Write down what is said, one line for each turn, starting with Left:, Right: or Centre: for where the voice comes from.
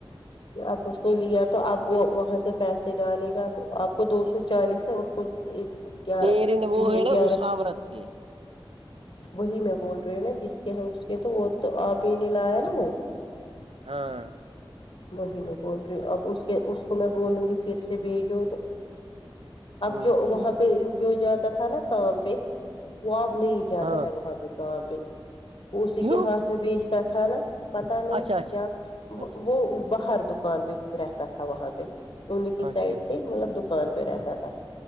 Left: اب اس نے لیا تو اب وہ وہاں سے پیسے ڈالے گا تو آپ کو دو سو چالیس ہے اس کو ایک گیارہ
Right: میرے نے وہ ہے نا
Left: گیارہ
Right: اس عورت کے
Left: وہی میں بول رہی ہوں نا جس اس کے تو وہ تو آپ ہی نے لایا نا وہ
Right: ہاں
Left: وہی میں بول رہی ہوں اب اس کے اس کو میں بولوں گی پھر سے بھیجو تو اب
Right: ہ
Left: جو
Right: ٹھیک
Left: وہاں پہ جو جاتا تھا نا کام پہ وہ اب نہیں جاتا
Right: ہاں
Left: ہے وہاں پہ کااں پہ وہ اسی
Right: کیوں
Left: کے ہاتھ میں بیچتا تھا نا پتا نہیں
Right: اچھا اچھا
Left: کیا
Right: اچھا
Left: وہ باہر دکان پہ رہتا تھا وہاں پہ انہیں کی
Right: اچھا اچھا
Left: سائڈ سے مطلب دکان پہ رہتا تھا